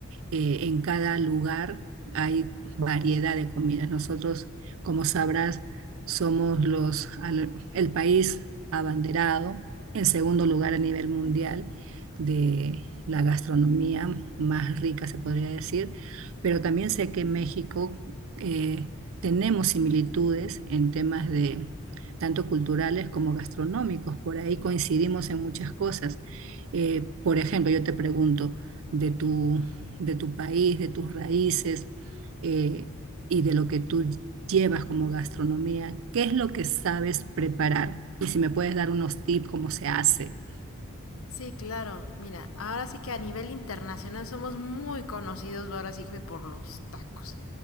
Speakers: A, on the right (about 65°); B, on the left (about 65°).
A: eh, en cada lugar hay variedad de comidas. Nosotros, como sabrás, somos los, al- el país abanderado, en segundo lugar a nivel mundial, de la gastronomía más rica, se podría decir, pero también sé que en México eh, tenemos similitudes en temas de tanto culturales como gastronómicos, por ahí coincidimos en muchas cosas. Eh, por ejemplo, yo te pregunto de tu de tu país, de tus raíces eh, y de lo que tú llevas como gastronomía, ¿qué es lo que sabes preparar? Y si me puedes dar unos tips, cómo se hace.
B: Sí, claro. Mira, ahora sí que a nivel internacional somos muy conocidos ahora sí que por los tacos.